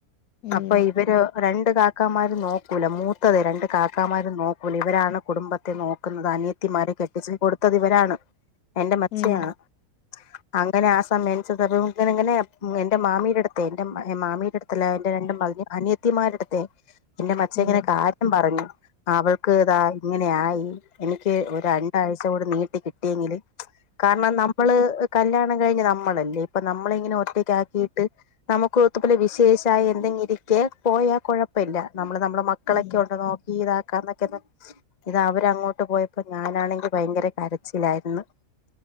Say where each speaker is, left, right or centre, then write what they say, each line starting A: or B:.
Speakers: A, on the left; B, on the left.
A: ഉം ഉം
B: അപ്പൊ ഇവര് രണ്ട് കാക്കമാരും നോക്കൂല മൂത്തത് രണ്ട് കാക്ക കാക്കമാര് നോക്കൂല ഇവരാണ് കുടുംബത്തെ നോക്കുന്നത് അനിയത്തിമാരെ കെട്ടിച്ച് കൊടുത്തത് ഇവരാണ് എന്റെ മച്ചയാണ്
A: ഉം
B: അങ്ങനെ ആ <unintelligible> ഇങ്ങന ഇങ്ങനെ എന്റെ മാമിടടുത്തെ എൻ്റെ മാമിയയുടെ അടുത്തല്ല എന്റെ രണ്ടു അനിയത്തിമാരടുത്തെ എന്റെ മച്ച
A: ഉം
B: ഇങ്ങനെ കാര്യം പറഞ്ഞു അവൾക്ക് ഇതാ ഇങ്ങനെ ആയി എനിക്ക് ഒരു രണ്ടാഴ്ച കൂടി നീട്ടി കിട്ടിയെങ്കില് കാരണം നമ്മള് കല്യാണം കഴിഞ്ഞ് നമ്മളല്ലേ ഇപ്പൊ നമ്മള ഇങ്ങനെ ഒറ്റയ്ക്കാക്കിയിട്ട് നമുക്ക് <unintelligible> ത്തപ്പിലെ വിശേഷമായി എന്തെങ്കിലിരിക്കെ പോയാൽ കുഴപ്പമില്ല നമ്മള് നമ്മുടെ മക്കളൊക്കെ
A: ഉം
B: കൊണ്ട് നോക്ക ഇതാക്കാന്നൊക്കെ ഇത് അവര അങ്ങോട്ട് പോയപ്പോ ഞാനാണെങ്കി ഭയങ്കര കരച്ചിലായിരുന്നു